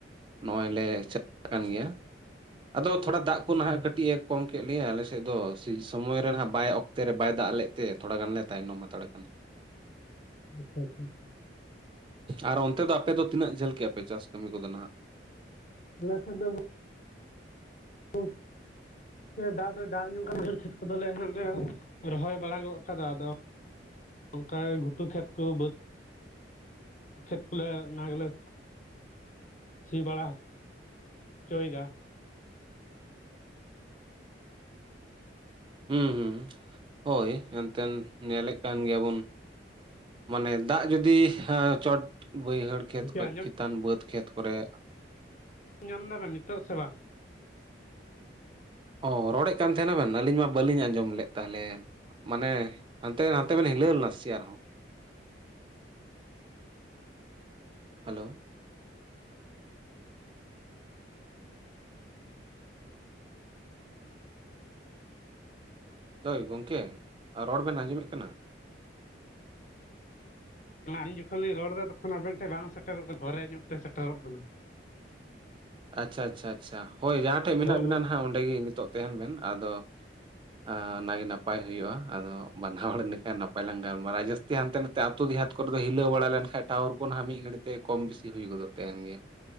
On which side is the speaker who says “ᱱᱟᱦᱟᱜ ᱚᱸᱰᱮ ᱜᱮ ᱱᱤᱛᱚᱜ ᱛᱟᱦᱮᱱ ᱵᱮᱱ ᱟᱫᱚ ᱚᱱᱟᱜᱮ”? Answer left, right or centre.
Right